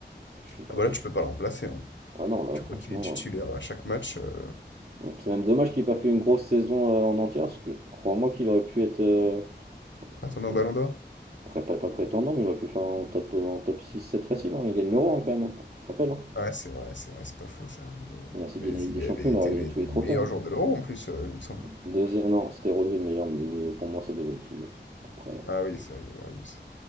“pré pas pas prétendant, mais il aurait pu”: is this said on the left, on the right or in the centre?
Right